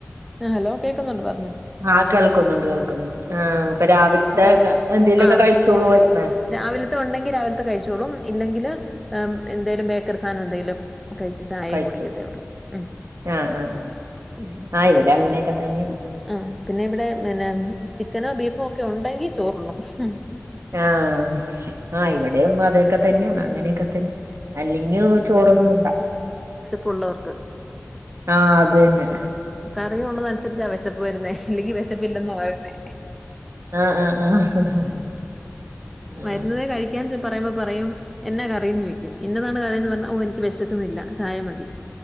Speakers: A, in the centre; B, on the right.
A: ആഹ് ഹലോ കേക്കുന്നുണ്ട് പറഞ്ഞു
B: ആഹ് കേൾക്കുന്നുണ്ട് കേൾക്കുന്നണ്ട് ആഹ് അപ്പൊ രാവിൽത്തെ
A: അപ്പൊ
B: എന്തേങ്കലൊക്കെ
A: ആ
B: കഴിച്ചോളൂ വരുമേ
A: രാവിലത്തെ ഒണ്ടെങ്കി രാവിലത്തെ കഴിച്ചോളും ഇല്ലെങ്കില് അം എന്തേലും ബേക്കർ സാനം എന്തേലും കഴിച്ച് ചായേറ
B: കഴിച്ചു
A: കുടിക്കത്തേ ഒള്ളൂ ഉം
B: ആഹ് ആഹ് ആഹ്
A: ഉം
B: ആഹ് ഇവടെ അങ്ങനെക്കെ തന്ന്യാ
A: ആഹ് പിന്നെ ഇവിടെ പിന്നെ ചിക്കനോ ബീഫോ ഒക്കെ ഒണ്ടെങ്കി ചോറുണം ഹും
B: ആഹ് ആഹ് ഇവിടെയും അതൊക്കെ തന്ന്യാണ് അങ്ങനെയൊക്കെ
A: ഉം
B: തന്നെ അല്ലെങ്കേ ചോറൊന്നും ഇണ്ടാ
A: പുള്ളേർക്ക്
B: ആഹ് അതന്നെ
A: കറിയുള്ളതനുസരിച്ചാ വിശപ്പ് വരുന്നേ അല്ലെങ്കി വിശപ്പില്ലെന്നോ പറുന്നേ
B: ആഹ് ആഹ് ആഹ്
A: ഉം
B: ആഹ്
A: മരുന്നതേ കഴിക്കാൻ പറയുമ്പോ പറയും എന്നാ കറീന്നോയ്ക്കും ഇന്നതാണ് കറീന്ന് പർഞ്ഞാ ഓഹ് എന്ക്ക് വെശക്ക്ന്നില്ല ചായ മതി